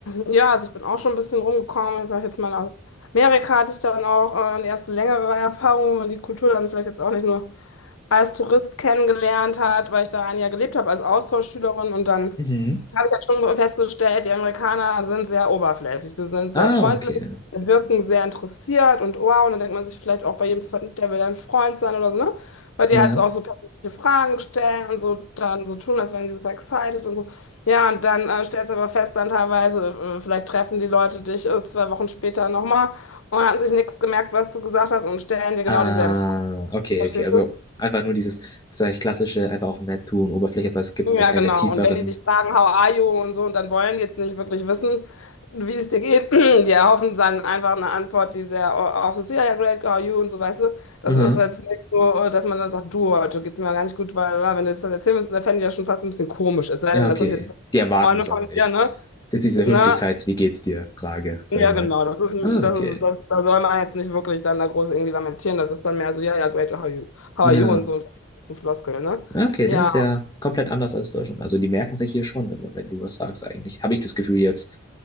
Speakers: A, on the left (about 80°); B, on the left (about 20°).
A: mh, ja, also ich bin auch schon ein bisschen rumgekommen. Ich sage jetzt mal, aus Amerika hatte ich dann auch äh, eine erste längere Erfahrung, wo man die Kultur dann vielleicht jetzt auch nicht nur als Tourist kennengelernt hat, weil ich da ein Jahr gelebt habe als Austauschschülerin. Und dann
B: Mhm.
A: habe ich halt schon festgestellt, die Amerikaner sind sehr oberflächlich, sie sind
B: Ah,
A: sehr freundlich,
B: okay.
A: wirken sehr interessiert und wow. Und dann denkt man sich vielleicht auch bei jedem zweiten, der will dein Freund sein oder so, ne? Weil die
B: Ja.
A: halt auch so persönliche Fragen stellen und so dann so tun, als wären die super excited und so. Ja, und dann äh, stellst du aber fest, dann teilweise, äh, vielleicht treffen die Leute dich äh, zwei Wochen später nochmal und haben sich nichts gemerkt, was du gesagt hast und stellen dir genau
B: Ah,
A: dieselben Fragen,
B: okay,
A: verstehst
B: okay. Also
A: du?
B: einfach nur dieses, sag ich, klassische, einfach auf nett tun, Oberfläche, aber es gibt
A: Ja,
B: da keine
A: genau.
B: tieferen.
A: Und wenn die dich fragen, how are you und so, und dann wollen die jetzt nicht wirklich wissen, wie es dir geht, <clears throat> die erhoffen dann einfach eine Antwort, die sehr au- auch so, ist, ja, ja, great, how are you und so, weißt du? Das
B: Mhm.
A: ist jetzt nicht so, dass man dann sagt, du, heute geht's mir gar nicht gut, weil, na, wenn du jetzt das erzählen müsstest, dann fände ich ja schon fast ein bisschen komisch, es sei
B: Ja,
A: denn,
B: okay.
A: das sind jetzt
B: Die erwarten
A: Freunde
B: das
A: von
B: auch nicht.
A: dir, ne?
B: Das ist diese
A: Ne?
B: Höflichkeits-Wie geht's dir? Frage, sag
A: Ja,
B: ich mal.
A: genau, das ist, ein-
B: Ah,
A: das
B: okay.
A: ist, das, da soll man jetzt nicht wirklich dann da groß irgendwie lamentieren, das ist dann mehr so, ja, ja, great, how are you, how
B: Ja,
A: are you und so, so Floskel, ne?
B: okay,
A: Ja,
B: das ist ja komplett anders als Deutschland. Also die merken sich hier schon immer, wenn du was sagst eigentlich. Habe ich das Gefühl jetzt.